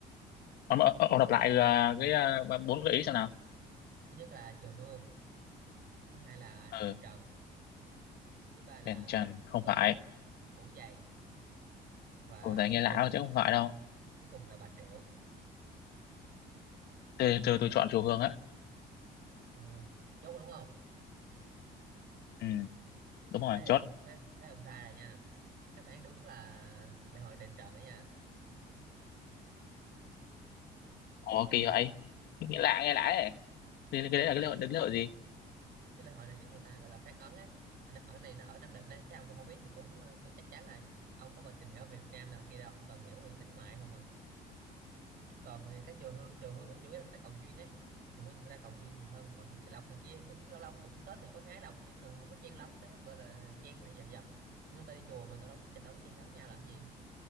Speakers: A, on the left; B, on the right.
A: ông ông, ông đọc lại ờ, cái ờ, ba- bốn gợi ý xem nào
B: thứ nhất là chiều hương thứ hai là
A: ừ
B: đền trần thứ ba là
A: đèn trần không phải
B: phủ phủ dày và
A: cổ tay
B: cuối
A: nghe lão
B: cùng
A: chứ không phải đâu
B: cuối cùng là bà triệu
A: tôi tôi, tôi chọn chùa Hương á
B: chiều hương chốt rồi đúng không
A: ừ đúng rồi
B: thế thì
A: chốt
B: ông thế, thế ông sai rồi nha đáp án đúng là lễ hội đền trần ấy nha
A: ủa
B: kiểu
A: kỳ vậy
B: cỡ
A: nghe lạ nghe lạ ấy Thế cái đấy là
B: cái
A: cái
B: này
A: lễ hội, lễ hội gì
B: cái lễ hội này kiểu người ta gọi là phát ấn ấy ở, ở này nó ở Nam Định ấy chắc ông cũng không biết thì cũng ờ, tôi chắc chắn rồi ông có bao tìm hiểu về Việt Nam nào kia đâu ông toàn hiểu về xính ngoại không à còn thì cái chùa Hương chùa Hương ủa chủ yếu là người ta cầu duyên ấy chùa Hương người ta cầu duyên nhiều hơn còn cái lộc này kia thì cũng lâu lâu cũng Tết thì có hái lộc chứ nữa không có chen lấn tới mức gọi là chen lại giành giật người ta đi chùa mà tao đâu đâu có chen lấn nhau làm gì